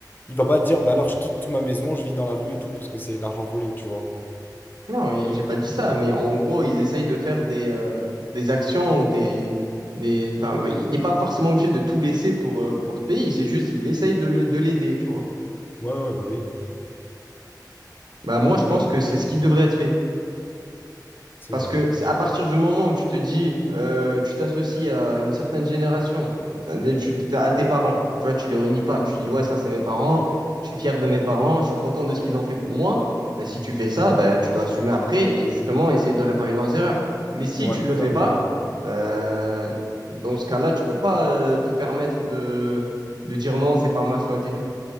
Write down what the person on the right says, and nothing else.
Non, et j'ai pas dit ça, mais en gros, ils essayent de faire des, euh, des actions ou des, des, enfin, bah, il n'est pas forcément obligé de tout laisser pour, euh, pour l'autre pays. C'est juste, il essaye de l'a- de l'aider, tu vois.
Bah, moi, je
pense que c'est ce qui devrait être fait.
Parce
que c'est à partir du moment où tu te dis, euh, tu t'associes à une certaine génération, tu, tu- à tes parents, tu vois, tu les réunis pas, tu te dis, ouais, ça c'est mes parents, je suis fier de mes parents, je suis content de ce qu'ils ont fait pour moi. Bah, si tu fais ça, bah, tu dois assumer après et justement essayer de réparer leurs erreurs. Mais si
tu le
fais
pas,
bah, dans ce cas-là, tu peux pas euh, te permettre de, de dire non, c'est pas ma faute et tout.